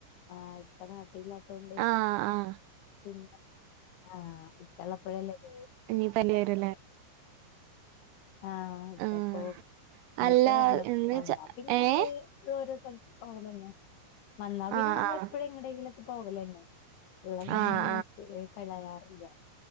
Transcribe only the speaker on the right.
ആഹ് ആഹ്
നീ പനി വരല്ലേ
ആഹ്
അല്ല
എന്ന്
ച
ഏഹ്
ആഹ്
ആഹ്
ആഹ്